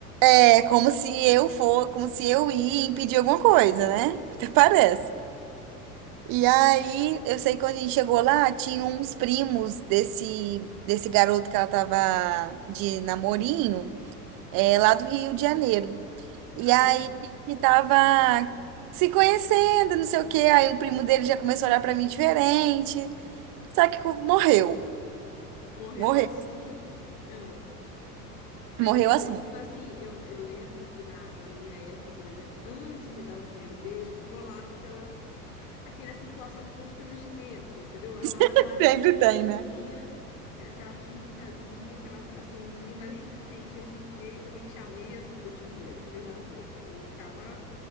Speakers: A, on the right; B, on the left.
A: É como se eu for, como se eu ia impedir alguma coisa, né? <laughs> Até parece. E aí, eu sei que quando a gente chegou lá, tinha uns primos desse, desse garoto que ela tava de namorinho, é, lá do Rio de Janeiro. E
B: Ah,
A: aí, que tava se conhecendo, não sei o quê. Aí, o primo dele já começou a olhar pra mim diferente. Só que co- morreu.
B: <laughs> morreu
A: Morreu.
B: o assunto. Ah. Mas
A: Morreu
B: esses,
A: o assunto.
B: tipo assim, eu, eu lembro que na, na minha época, por exemplo, antes de dar o primeiro beijo, que rolava aquelas, aquela situação de constrangimento, entendeu? Rolava
A: <laughs>
B: aquela químicazinha,
A: Sempre tem, né?
B: era aquela químicazinha, aquela atraçãozinha, mas a gente não entendia muito o quê, e também tinha medo, porque eu tinha medo de beijar na boca. Eu ficava